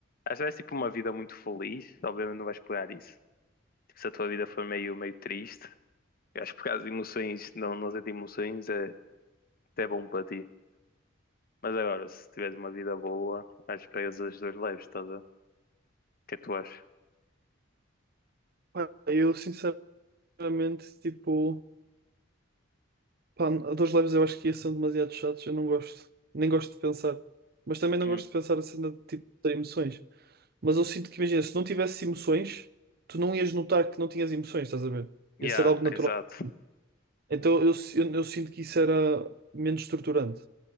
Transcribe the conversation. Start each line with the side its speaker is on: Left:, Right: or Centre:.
Left: Acho que vais tipo uma vida muito feliz, obviamente não vais pegar isso. Tipo, se a tua vida for meio, meio triste, eu acho que por causa de emoções, não, não sentir emoções é até bom para ti. Mas agora, se tiveres uma vida boa, acho que pegas as duas leves, estás a ver? O que é que tu achas?
Right: Pá, Eu, sinceramente, tipo, pá, dois leves eu acho que ia ser demasiado chatos, eu não gosto. Nem gosto de pensar. Mas também não
Left: Hum.
Right: gosto de pensar a cena de tipo, ter emoções. Mas eu sinto que, imagina, se não tivesse emoções, tu não ias notar que não tinhas emoções, estás a ver?
Left: Yeah,
Right: Ia ser algo natural.
Left: exato.
Right: Então eu, si- eu, eu sinto que isso era menos estruturante,